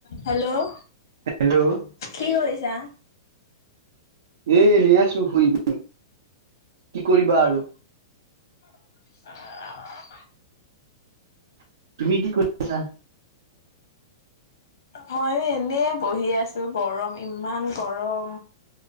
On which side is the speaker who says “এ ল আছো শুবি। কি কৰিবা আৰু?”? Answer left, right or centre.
Right